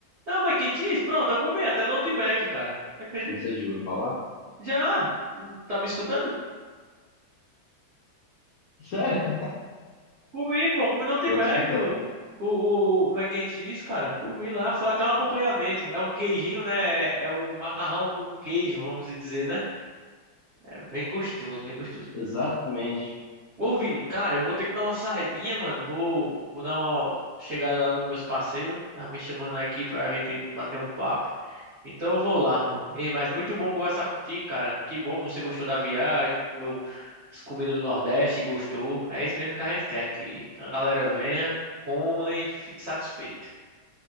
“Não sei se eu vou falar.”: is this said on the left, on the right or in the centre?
Left